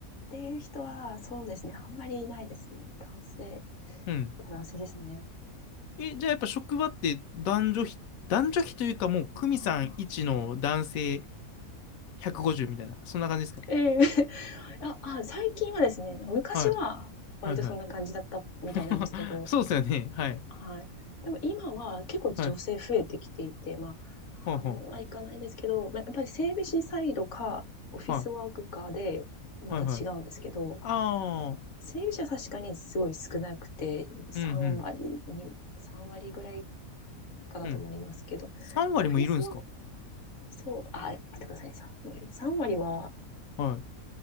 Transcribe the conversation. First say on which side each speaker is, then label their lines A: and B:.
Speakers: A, on the left; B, on the left.
A: ていう人は、そうですね。あんまりいないですね。男性、やっ
B: うん。
A: ぱ男性ですね。
B: え、じゃあやっぱ職場って男女比、男女比というかもう、久美さん1の男性
A: ああ。
B: 150みたいな、そんな感じですか
A: ええ <laughs> あ、あ、最近はですね、なんか昔は割とそんな感じだったみたいなんですけど、
B: はい。はいはい。<laughs> そうですよね。はい。
A: はい。でも今は結構女性増えてきていて、
B: はい。
A: まあ、半分はいかないですけど、
B: ほうほ
A: まあ、やっぱり整備士サイドか、オフィスワークかで、
B: う。は
A: また違うんですけど、
B: い。はいはい。ああ、
A: 整備士は確かにすごい少なくて、3割に、
B: うんうん。
A: 3割ぐらいかなと思いますけど、
B: うん。3割もいるんですか
A: オフィスは、そう、あ、待ってくださいね、3割。3割は、
B: はい。